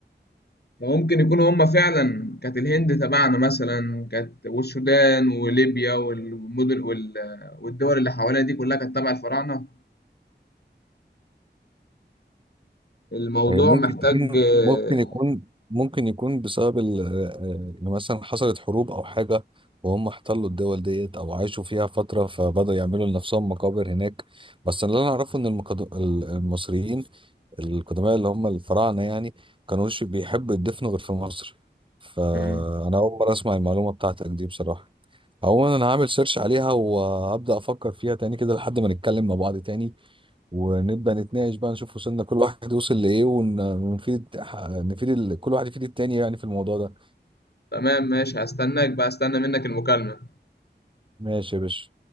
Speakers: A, on the left; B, on the right.
A: فممكن يكونوا هم فعلا كانت الهند تبعنا مثلا كانت والسودان وليبيا والمدن وال- والدول اللي حوالينا دي كلها كانت تبع الفراعنة الموضوع
B: هي ممكن
A: محتاج
B: تكون
A: آه،
B: ممكن يكون ممكن يكون بسبب ال- آه، آه، إن مثلا حصلت حروب او حاجه وهم احتلوا الدول ديت او عاشوا فيها فتره فبدأوا يعملوا لنفسهم مقابر هناك بس اللي انا اعرفه ان المقد- ال- المصريين القدماء اللي هم الفراعنه يعني كانوش بيحبوا يدفنوا غير في مصر فانا
A: آه،
B: اول مره اسمع المعلومه بتاعتك دي بصراحه عموما انا هعمل سيرش عليها وهبدأ افكر فيها تاني كده لحد ما نتكلم مع بعض تاني ونبدأ نتناقش بقى نشوف وصلنا كل واحد وصل لإيه ونفيد نفيد ال- كل واحد يفيد التاني يعني في الموضوع ده
A: تمام ماشي هستناك بقى استنى منك المكالمة
B: ماشي يا باشا